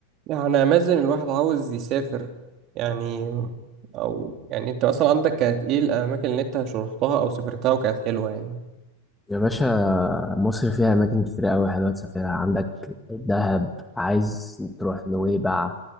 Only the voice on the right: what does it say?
يعني امازن الواحد عاوز يسافر يعني او يعني انت مثلا عندك كانت ايه الاماكن اللي انت رحتها او سافرتها وكانت حلوه يعني